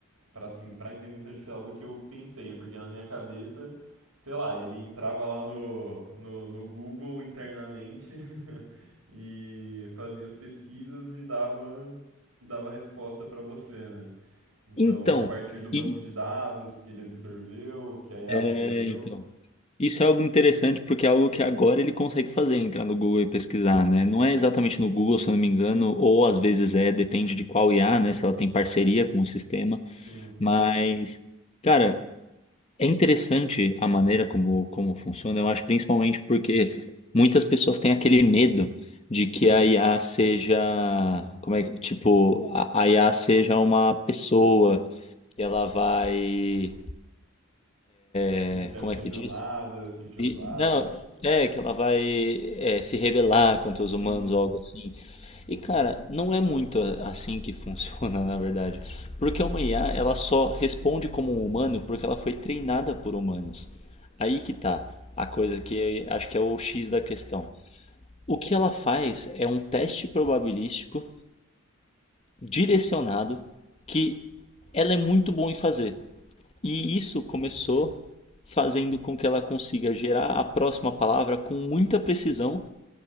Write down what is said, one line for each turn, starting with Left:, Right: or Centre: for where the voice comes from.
Right: pra assim, pra inteligência artificial do que eu pensei, porque na minha cabeça, sei lá, ele entrava lá no, no, no Google internamente <laughs> e fazia as pesquisas e dava e dava resposta pra você, né? Então,
Left: Então.
Right: a partir do banco
Left: E.
Right: de dados que ele absorveu, que a IA
Left: É,
Right: aprendeu,
Left: então. Isso é algo interessante porque é algo que agora ele consegue fazer, entrar no Google e pesquisar, né? Não é exatamente no Google, se eu não me engano, ou às vezes é, depende de qual IA, né? Se ela tem parceria com o sistema,
Right: sim,
Left: mas, cara, é interessante a maneira como, como funciona, eu acho, principalmente porque muitas pessoas têm aquele medo de que a IA seja, como é que, tipo, a a IA seja uma pessoa que ela vai,
Right: se
Left: é,
Right: sentia
Left: como
Right: aprisionada,
Left: é que diz?
Right: se sentia
Left: E-
Right: usada,
Left: não,
Right: t-
Left: é que ela vai é, se rebelar contra os
Right: sim,
Left: humanos ou algo assim. E cara, não é muito a- assim que funciona, <laughs> na verdade. Porque uma IA, ela só responde como um humano porque ela foi treinada por humanos. Aí que tá a coisa que eu acho que é o X da questão. O que ela faz é um teste probabilístico direcionado que ela é muito boa em fazer. E isso começou fazendo com que ela consiga gerar a próxima palavra com muita precisão